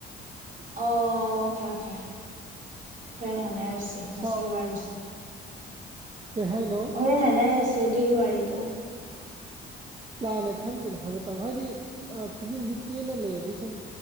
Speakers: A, on the right (about 40°); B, on the right (about 25°).
A: ꯑꯣ ꯑꯣꯦ ꯑꯣꯀꯦ ꯐ ꯍꯥꯏꯔꯁꯤ
B: ꯁꯥꯎ
A: ꯃꯁꯤꯒꯤ ꯋꯥꯔꯤꯁꯤꯦ
B: ꯀꯩ ꯍꯥꯏꯅꯣ
A: ꯍꯣꯔꯦꯟ ꯍꯥꯏꯅꯔꯁꯤ ꯁꯦ ꯑꯗꯨꯒꯤ ꯋꯥꯔꯤꯗꯣ
B: ꯂꯥꯟꯅ ꯈꯟꯒꯅꯨ ꯍꯥꯏꯕ ꯇꯥꯃꯣ ꯍꯥꯏꯗꯤ ꯈꯨꯖꯤꯟꯁꯤ ꯇꯦꯟꯅ ꯂꯩꯔꯗꯤ ꯁꯨꯝ